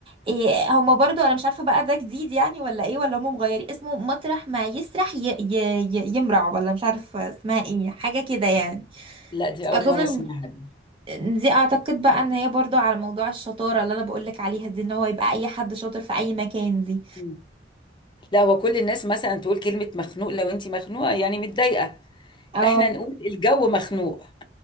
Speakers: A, on the right; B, on the left.
A: إيه هما برضو انا مش عارفة بقى ده جديد يعني ولا ايه ولا هما مغيرين اسمه مطرح ما يسرح ي ي ي يمرع ولا مش عارفة اسمها ايه حاجة كده يعني
B: لا دي اول
A: اظن
B: مره
A: ان
B: اسمعها
A: إن دي اعتقد بقى ان هي برضو على موضوع الشطارة اللي انا بقولك عليها دي ان هو يبقى اي حد شاطر في اي مكان دي
B: دي لا هو كل الناس مثلا تقول كلمة مخنوق لو انت مخنوقة يعني متضايقة
A: اه
B: احنا نقول الجو مخنوق